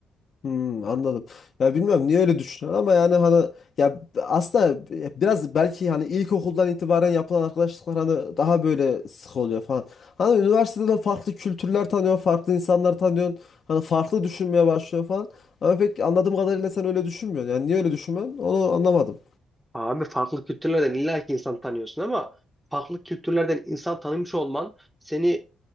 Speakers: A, on the left; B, in the centre.
A: Hmm, anladım. Ya bilmiyorum niye öyle düşünüyorum ama yani hani ya aslında biraz belki hani ilkokuldan itibaren yapılan arkadaşlıklar hani daha böyle sık oluyor falan. Hani üniversitede de farklı kültürler tanıyorsun, farklı insanlar tanıyorsun. Hani farklı düşünmeye başlıyorsun falan. Ama pek anladığım kadarıyla sen öyle düşünmüyorsun. Yani niye öyle düşünmüyorsun? Onu anlamadım.
B: Abi farklı kültürlerden illa ki insan tanıyorsun ama farklı kültürlerden insan tanımış olman seni